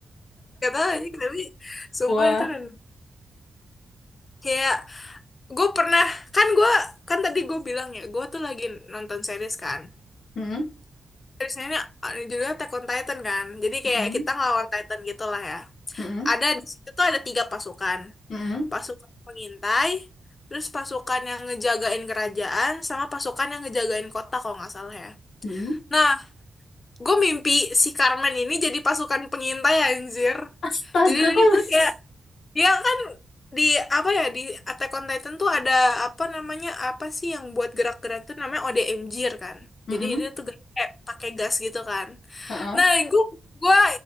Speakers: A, on the left; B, on the left.
A: Gak tau aja, tapi sumpah
B: <laughs> Wah.
A: itu dan kayak gue pernah kan gue kan tadi gue bilang ya gue tuh lagi nonton series kan
B: Mm-mm.
A: seriesnya ini uh, judulnya Attack on Titan kan jadi
B: Mm-mm.
A: kayak kita ngelawan Titan gitu lah ya
B: Mm-mm.
A: ada di situ tuh ada tiga pasukan.
B: Mm-mm.
A: Pasukan pengintai, terus pasukan yang ngejagain kerajaan, sama pasukan yang ngejagain kota kalau nggak salah ya.
B: Mm-mm.
A: Nah, gue mimpi si Carmen ini jadi pasukan pengintai anjir.
B: Astaga,
A: Jadi dia
B: kok
A: tuh
B: bisa?
A: kayak dia kan di apa ya di Attack on Titan tuh ada apa namanya apa sih yang buat gerak-gerak tuh namanya ODMG kan.
B: Mm-mm.
A: Jadi dia tuh gerak kayak pakai gas gitu kan.
B: Heeh.
A: Nah, gue gue